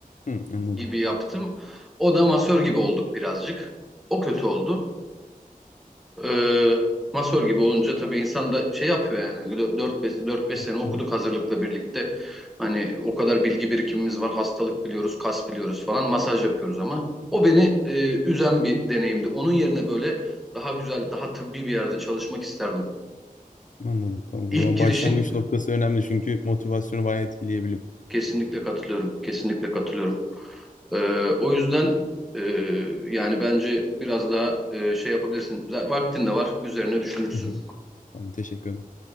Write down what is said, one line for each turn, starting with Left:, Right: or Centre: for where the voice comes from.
Left: hı, anladım.
Centre: gibi yaptım. O da masör gibi olduk birazcık. O kötü oldu. Ee, masör gibi olunca tabii insan da şey yapıyor yani dört beş dört beş sene
Left: Tamam,
Centre: okuduk hazırlıkla birlikte. Hani o kadar bilgi birikimimiz var. Hastalık biliyoruz, kas biliyoruz falan. Masaj yapıyoruz ama o beni e, üzen bir deneyimdi. Onun yerine böyle daha güzel, daha tıbbi bir yerde çalışmak isterdim.
Left: anladım. Tamam
Centre: İlk
Left: o zaman
Centre: girişin
Left: başlangıç noktası önemli çünkü motivasyonu bayağı etkileyebiliyor.
Centre: kesinlikle katılıyorum. Kesinlikle katılıyorum. Ee, o yüzden e, yani bence biraz daha e, şey yapabilirsin. Z- Vaktin de var, üzerine düşünürsün.
Left: Hı hı. Tamam teşekkür ederim.